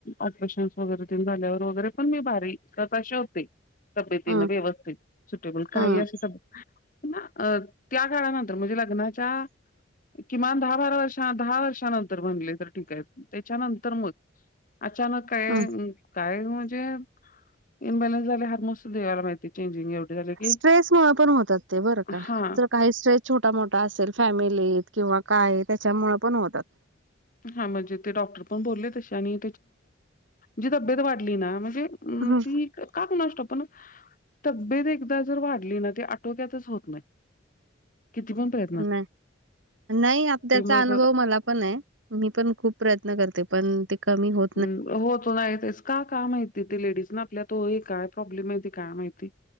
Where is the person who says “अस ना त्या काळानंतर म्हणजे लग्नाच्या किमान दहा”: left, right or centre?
Left